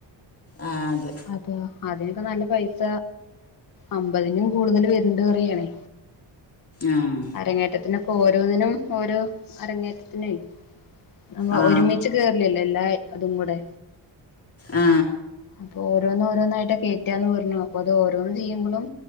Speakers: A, on the left; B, on the left.
A: ആ അത്
B: അപ്പൊ അതിനൊക്കെ നല്ല പൈസ അമ്പതിനും കൂടുതൽ വരുണ്ട് കറിയണേ
A: ആഹ
B: അരങ്ങറ്റത്തിന ഓരോന്നിനും ഓരോ അരങ്ങേറ്റത്തിന നമൾ
A: ആ
B: ഒരുമിച്ച് കേറലല്ലോ എല്ലാ അതും കൂടെ
A: ആ
B: അപ്പൊ ഓരോന്നും ഓരോന്നായിട്ട് കേയറ്റാന്ന് പറഞ്ഞു അപ്പൊ അത് ഓരോന്ന് ചെയ്യുമ്പോഴും